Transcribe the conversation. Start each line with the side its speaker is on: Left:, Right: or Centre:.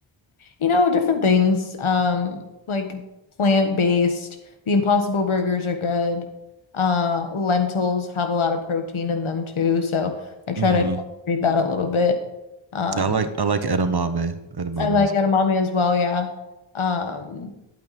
Left: you know, different things. Um, like plant-based, the Impossible burgers are good. Uh, lentils have a lot of protein in them too, so I try
Right: Mm-hmm.
Left: to incorporate that a little bit. Um,
Right: I like I like edamame. Edamame
Left: I like
Right: is
Left: edamame as well, yeah. Um,